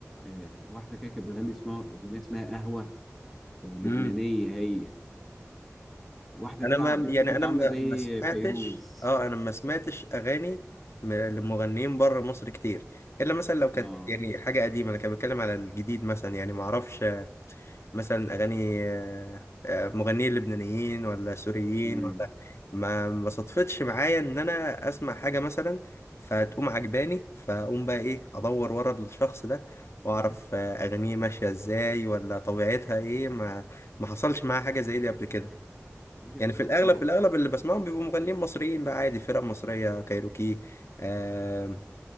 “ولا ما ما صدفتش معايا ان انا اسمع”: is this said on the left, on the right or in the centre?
Left